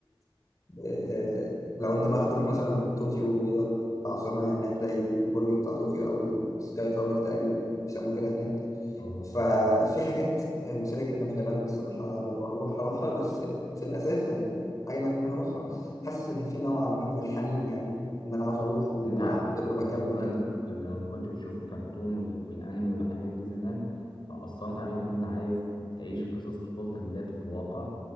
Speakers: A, on the left; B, on the left.
A: آه، لو أنت بقى هتروح مثلا طوكيو دي العاصمة يعني هتلاقي البرج بتاع طوكيو أو السكاي تاور تقريبا بيسموه كده هناك
B: اه
A: ففي حاجات مثيرة جدا في اليابان الصراحة لا، وهروح أروحها بس في الأساس يعني حاجة اللي كمان أروحها حاسس إن في نوع ما من الحنين يعني إن أنا عاوز أروح وآخد
B: إن انت ع-
A: تجربة
B: انت
A: كاملة
B: كمان
A: وكده
B: لما كنت بتشوف الكرتون وال- والانمي والحاجات دي زمان فاثرت عليك ان انت عايز تعيش قصص طفولتك جت في الواقع